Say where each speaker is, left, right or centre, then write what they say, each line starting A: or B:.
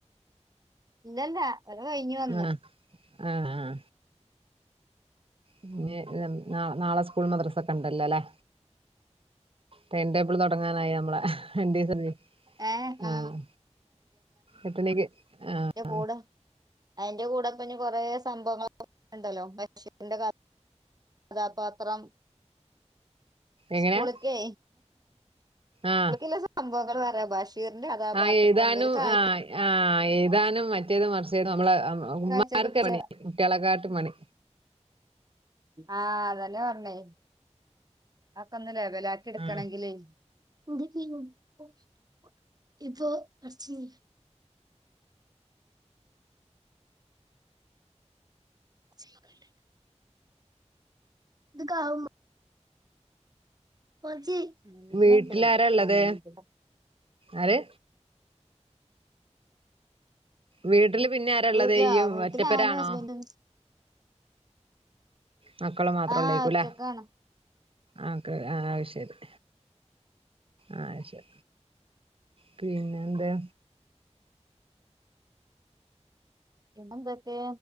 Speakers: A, on the right; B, on the right.
A: ഇതന്നെ കഥ കഴിഞ്ഞു വന്നു
B: ന്നാ ആഹ് ആഹ് ഇഞ്ഞ് ഉം നാളെ നാളെ സ്കൂളും മദ്രസൊക്കെ ഇണ്ടല്ലോല്ലേ ടൈംടേബിള് തൊടങ്ങാനായി ഞമ്മളെ രണ്ടീസഞ്ഞ്
A: ഏ ആ
B: ആഹ് എട്ടണിക്ക് ആഹ്
A: <unintelligible> അയിന്റെ കൂടെപ്പഞ്ഞ് കൊറേ സംഭവങ്ങളൊ ഇണ്ടല്ലോ <unintelligible> <unintelligible> കഥാപാത്രം
B: എങ്ങനെയാ
A: സ്കൂള്ക്കേ
B: ആഹ്
A: സ്കൂളുക്കിള്ള സംഭവങ്ങൾ വേറെ ഭാഷ ഷീറിന്റെ കഥാപാത്രം
B: ആഹ് എഴുതാനും ആഹ്
A: <unintelligible>
B: ആഹ് എഴുതാനും മറ്റേത് മർച്ചത് നമ്മള് ഉമ്മാർക്കാ
A: കാഴ്ചയൊക്കെ
B: പണി കുട്ടിയളേക്കാട്ടും പണി
A: ആഹ് അതന്നെ പറഞ്ഞേ അതൊക്കെ ഒന്ന് ലെവലാക്കി എടുക്കണെങ്കില്
B: ആഹ്
A: <inaudible> <inaudible> ഇത്ക്കാവും <inaudible>
B: വീട്ടിലാരാ ഉള്ളത് ആര് വീട്ടില് പിന്നെ ആരാ ഉള്ളത്
A: വീട്ടിലാ
B: ഇയ്യും
A: വീട്ടി
B: ഒറ്റപ്പെരാണോ
A: ഞാനും ഹസ്ബൻ്റും
B: മക്കള് മാത്രംള്ളേക്കൂല
A: ആ ഒറ്റക്കാണ്
B: ആക്കെ ആ അത് ശരി ആവിശ്യാ പിന്നെന്താ
A: പിന്നെന്തൊക്കെ